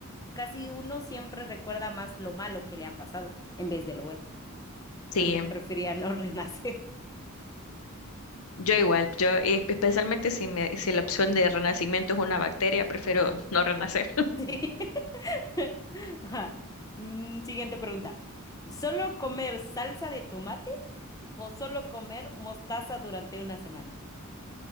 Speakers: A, on the left; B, on the left.
A: casi uno siempre recuerda más lo malo que le ha pasado en vez de lo bueno.
B: Sí,
A: Entonces, prefería no <laughs> renacer.
B: yo igual, yo eh, especialmente si, me- si la opción de renacimiento es una bacteria, prefiero no renacer.
A: Sí. <laughs> Ajá. Mm, Siguiente pregunta. ¿Solo comer salsa de tomate o solo comer mostaza durante una semana?